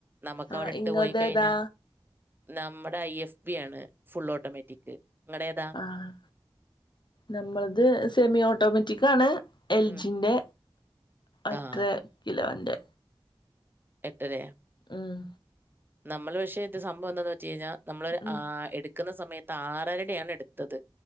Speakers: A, on the right; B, on the left.
A: നമുക്ക്
B: ആഹ്
A: അവിടെ ഇട്ട്
B: ഇങ്ങളത്
A: പോയി കഴിഞ്ഞൽ
B: ഏതാ
A: നമ്മുടെ ഐ എഫ് ബി ആണ് ഫുൾ ഓട്ടോമാറ്റിക് ഇങ്ങട ഏതാ
B: ആഹ് നമ്മളത് സെമി ഓട്ടോമാറ്റിക്കാണ് എൽ
A: ഉം
B: ജിൻ്റെ അത്ര
A: ആഹ്
B: കിലോൻ്റെ
A: എട്ടരയ
B: ഉം
A: നമ്മള് പക്ഷെ ഇത് സംഭവം എന്താന്ന് വെച്ച് കഴിഞ്ഞാൽ നമ്മള
B: ഉം
A: എക്കുന്ന സമയത്ത് ആറരടെയാണ് എടുത്തത്